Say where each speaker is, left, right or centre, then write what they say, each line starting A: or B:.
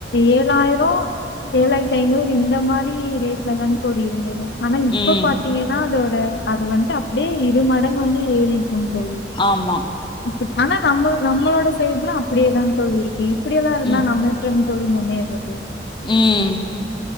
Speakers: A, on the left (about 60°); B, on the left (about 25°).
A: ஏழாயிரோ ஏழாயிரத்தி ஐநூறு இந்த மாதிரி ரேட்ல தா தோழி இருந்துது ஆனா இப்ப
B: ம்
A: பாத் பாத்திங்கன்னா அதோட அது வந்து அப்டியே இரு மடங்கு வந்து ஏறிருக்கு தோழி
B: ஆமா
A: இப் ஆனா நம்ம நம்மளோட சைடு எல்லா அப்டியேதா தோழி இருக்கு இப்படியெல்லா இருந்தா
B: ம்
A: நம்ம எப் டி தோழி முன்னேற்றது
B: ம்